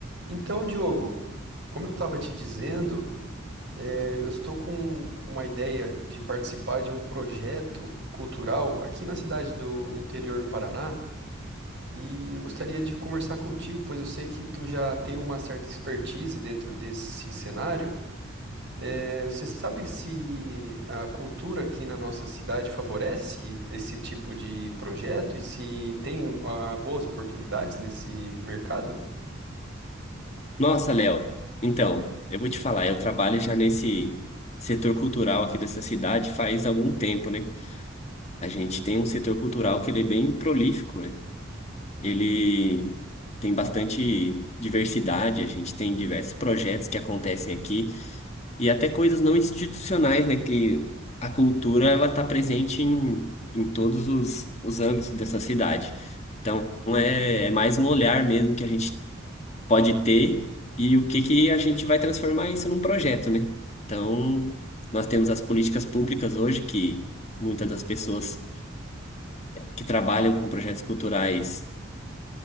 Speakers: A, on the right; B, on the left.
A: Então, Diogo, como eu estava te dizendo, eh, eu estou com uma ideia de participar de um projeto cultural aqui na cidade do, no interior do Paraná e eu gostaria de conversar contigo, pois eu sei que tu já tem uma certa expertise dentro desse cenário. Eh, você sabe se a cultura aqui na nossa cidade favorece esse tipo de projeto e se tem, ah, boas oportunidades nesse mercado?
B: Nossa, Léo, então, eu vou te falar, eu trabalho já nesse setor cultural aqui dessa cidade faz algum tempo, né? A gente tem um setor cultural que ele é bem prolífico, né? Ele tem bastante diversidade, a gente tem diversos projetos que acontecem aqui e até coisas não institucionais, né? Que a cultura, ela tá presente em, em todos os, os âmbitos dessa cidade. Então, é, é mais um olhar mesmo que a gente pode ter e o que que a gente vai transformar isso num projeto, né? Então, nós temos as políticas públicas hoje que muitas das pessoas que trabalham com projetos culturais,